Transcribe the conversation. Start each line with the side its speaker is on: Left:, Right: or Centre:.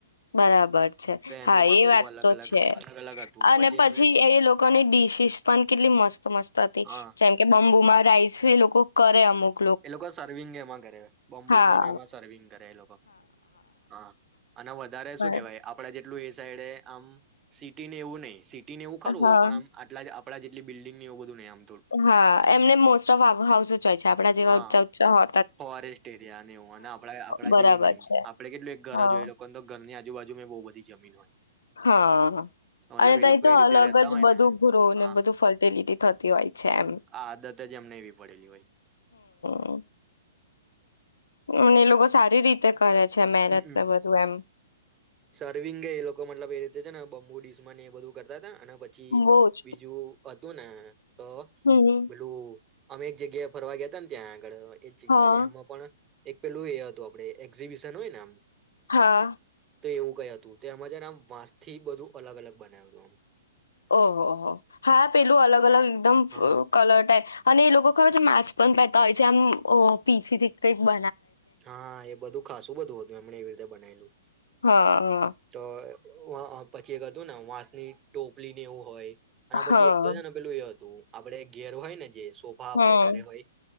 Left: બરાબર છે
Right: તો એનું
Left: હા
Right: પણ
Left: એ
Right: બધું
Left: વાત
Right: અલગ
Left: તો
Right: અલગ
Left: છે
Right: અલગ અલગ હતું
Left: અને પછી
Right: અમે
Left: એ લોકો ડિશીસ પણ કેટલી મસ્ત મસ્ત હતી
Right: હા
Left: જેમ કે બંબુમાં રાઈસ એ લોકો કરે અમુક
Right: એ લોકો સર્વિંગ ત કરે્યો <unintelligible> બંબુ
Left: હા
Right: અને એમાં સર્વિંગ કરે એ લોકો હા અને વધારે
Left: બર-
Right: શું કેવાય આપડે જે એ સાઈડ આમ સિટી ને એવું નહી એવું ખરવું
Left: હા
Right: પણમ આટલા આપડા જેટલી બિલ્ડંગ એું બધ નંમ
Left: હા, એમને મોસ્ટ ઓફ હાઉસ જ હોય છે આપ આપડા જેવા
Right: હા
Left: ઊચા ઉચા હોય..
Right: ફોરેસ્ટ એરિયા ને એવું અને આપ આપડા
Left: બરાબર
Right: જેવી નહી,
Left: છે
Right: આપડે કેટલું એક ઘર
Left: હા
Right: જો હોય લોકોને ઘરની આજુબજુ બુ બધી જમી હોય
Left: હા
Right: મતલબ
Left: અને તહી
Right: એ લોકો
Left: તો
Right: એ રીતે
Left: અલગ
Right: રેતા
Left: જ
Right: હોય
Left: બધું
Right: ને
Left: ગ્રો
Right: હા
Left: ને બધું ફર્ટિલિટી થતી હોય. છે એમ
Right: આ આદત જ એમ નવી પડેલી હોય
Left: હ <unintelligible> અમને એ લોકો સારી રીતે કરે છે મહેનત
Right: હમમ
Left: ને બધું એમ
Right: સર્વિંગ એ લોકો મતલબ એ જે છેને બમ્બુ િસમાની એ બધું કરતા હતા અને પછી
Left: બહુ જ
Right: બીજું. અધુના તો
Left: હમ
Right: બેલું અમેક જગ્યાએ ફરવા ગયા હતા ને ત્યાં આ
Left: હા
Right: એમાં પણ એક પેલું એ હતું આપણે <unintelligible> એક્ઝિવિશન હોય નામ
Left: હા
Right: તો એવું ક હતું તો, એમાં જે, નામ વાંસ થી બધું અલગ અલગ બનાવ્યું હતું એ.
Left: ઓહોહ હા પેલું અલગ અલગ એકદમ
Right: આમ હા
Left: કલટાય અને એ લોકો ખબર છે માસ્ક પણ પહેરતા હોય છે આમ પીછીથી કંઈક બ
Right: હા એ બધું ખાસું બધું હતું એમણે એવી રીતે બનાયલું
Left: હા હા
Right: તો હવે... વાં અ પછી એક હતું ને વાંસની ટોપલી ને એવું હોય.. અને
Left: હા
Right: પછી એક તો છેને પેલું એ હતું. આપડે ઘેર હોય ને જે સોફા આપડે
Left: હમ
Right: ઘરે હોય